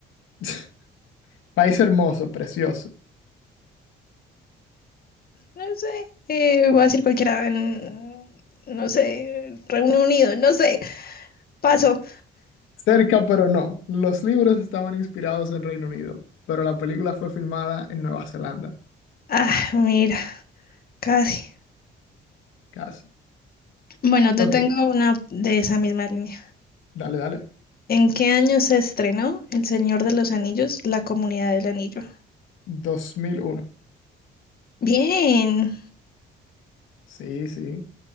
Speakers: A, on the left; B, on the left.
A: <laughs> País hermoso, precioso.
B: No sé, eh, voy a decir cualquiera. en- no sé, Reino Unido, no sé. Paso.
A: Cerca, pero no. Los libros estaban inspirados en Reino Unido, pero la película fue filmada en Nueva Zelanda,
B: Ah, mira, casi.
A: casi.
B: Bueno, te
A: Ok,
B: tengo una de esa misma línea.
A: dale, dale.
B: ¿En qué año se estrenó El Señor de los Anillos, La Comunidad del Anillo?
A: 2001.
B: Bien,
A: Sí, sí.